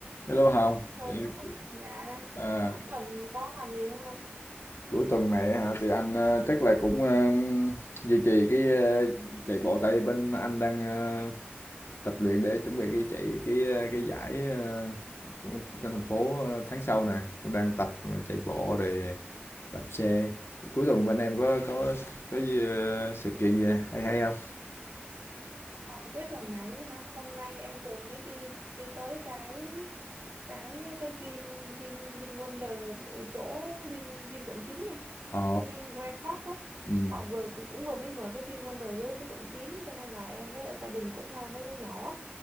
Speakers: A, on the left; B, on the right.
A: Hello Hồng,
B: Rồi
A: Em-
B: cuối cùng, dạ,
A: à,
B: cuối cuối tuần có làm gì không anh?
A: cuối tuần này hả thì anh ờ, chắc là cũng ờ, duy trì cái ờ, chạy bộ tại bên anh đang ờ, tập luyện để chuẩn bị cái chạy cái ờ, cái giải ờ, của của thành phố ờ, tháng sau nè, cũng đang tập ờ, chạy bộ rồi đạp xe. Cuối tuần bên em có có có gì, ờ, sự kiện gì hay hay không?
B: Ờ, cuối tuần này hả? Hôm nay em vừa mới đi đi tới cái cái cái Vin Vin Vin Wonder cái chỗ Vin Vin quận 9 này,
A: Ồ,
B: cái Vin Grand Park á.
A: ừ.
B: Họ vừa cũng cũng vừa mới mở cái Vin Wonder dưới dưới quận 9, cho nên là em với lại gia đình cũng mang mấy đứa nhỏ á,